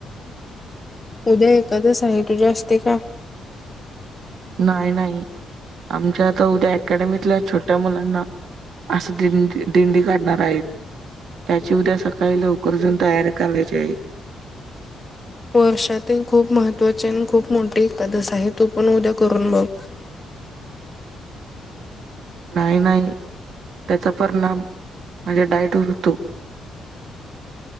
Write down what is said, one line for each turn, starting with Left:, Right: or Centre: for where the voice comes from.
Left: उद्या एकादस आहे तुझी असते का?
Right: नाही नाही आमच्या आता उद्या अकॅडमीतल्या छोट्या मुलांना असं दिंडी दिंडी काढणार आहेत त्याची उद्या सकाळी लवकर जाऊन तयारी <inaudible>
Left: वर्षातील खूप महत्त्वाची आणि खूप मोठी एकादस आहे तू पण उद्या करून बघ.
Right: नाही नाही त्याचा परिणाम माझ्या डायटवर होतो.